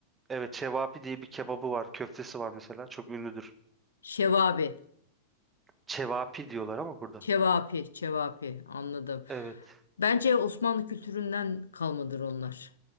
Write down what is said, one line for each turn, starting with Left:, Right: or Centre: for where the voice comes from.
Right: evet Çevapi diye bir kebabı var. Köftesi var mesela. Çok ünlüdür.
Left: Şevabi,
Right: Çevapi diyorlar ama burada.
Left: şevapi, şevapi anladım.
Right: Evet.
Left: Bence Osmanlı kültüründen kalmadır onlar.